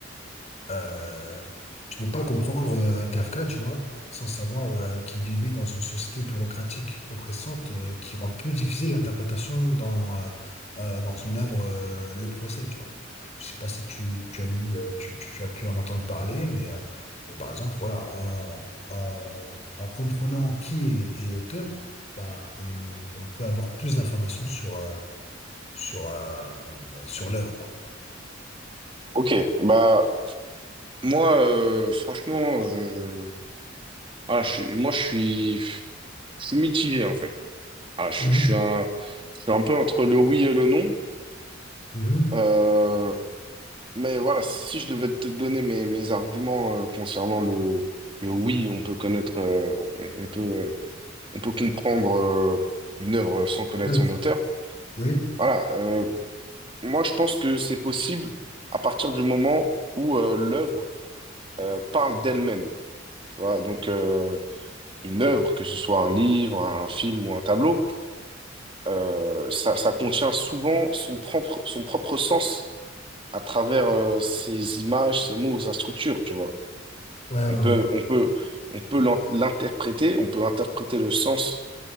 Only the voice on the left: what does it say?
euh, tu ne peux pas comprendre euh, Kafka, tu vois, sans savoir euh, qu'il vivait dans une société bureaucratique oppressante euh, qui rend plus difficile l'interprétation dans, euh, euh, dans son œuvre euh, Le Procès, tu vois. Je sais pas si tu, tu as eu, euh, tu, tu- tu as pu en entendre parler, mais, euh, mais par exemple, voilà, en, en, en comprenant qui est, est l'auteur, bah, on, on peut avoir plus d'informations sur, euh, sur, euh, sur l'œuvre, quoi.
Mhm,
mhm.
L'œuvre,
Oui.
Ouais, ouais,
ouais.